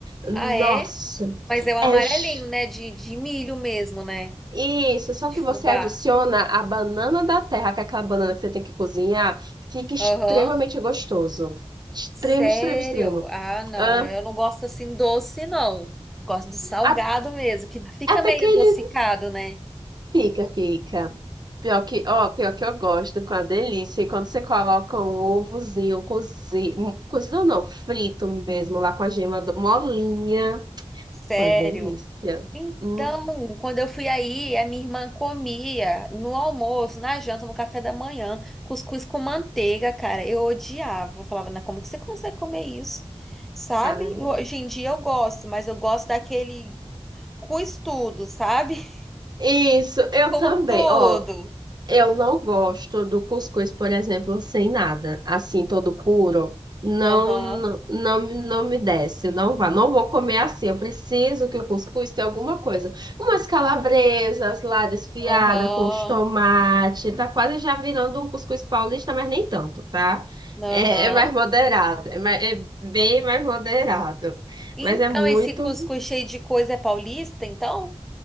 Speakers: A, on the right; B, in the centre.
A: Nossa,
B: Ah, é? Mas é o amarelinho,
A: é ch-
B: né? De, de milho mesmo, né?
A: isso. Só
B: De
A: que
B: fubá.
A: você adiciona a banana da terra, que é aquela banana que você tem que cozinhar, fica extremamente
B: Aham.
A: gostoso. Extremo,
B: Sério?
A: extremo, extremo.
B: Ah, não,
A: Ah,
B: eu não gosto assim doce, não. Gosto do salgado
A: a-
B: mesmo, que fica
A: até
B: meio
A: que ele
B: adocicado, né?
A: Fica, fica. Pior que, ó, pior que eu gosto com a delícia. E quando você coloca um ovozinho cozido, um, cozido não, frito mesmo, lá com a gema do- molinha.
B: Sério.
A: Com a delícia.
B: Então,
A: Hum,
B: quando eu fui aí, a minha irmã comia no almoço, na janta, no café da manhã, cuscuz com manteiga, cara. Eu odiava. Eu falava, "Não, como que você consegue comer isso? Sabe?
A: ai.
B: Hoje em dia eu gosto, mas eu gosto daquele com estudo, sabe? <laughs>
A: Isso, eu
B: Com
A: também.
B: tudo.
A: Ó, Eu não gosto do cuscuz, por exemplo, sem nada, assim, todo puro. Não,
B: Aham,
A: não, não, me- não me desce, não vá. Não vou comer assim. Eu preciso que o cuscuz tenha alguma coisa. Umas calabresas lá desfiada
B: aham,
A: com os tomates. Tá quase já virando um cuscuz paulista, mas nem tanto, tá? É,
B: aham.
A: é mais moderado. É, mais- é bem mais moderado.
B: Então,
A: Mas é muito.
B: esse cuscuz cheio de coisa é paulista, então?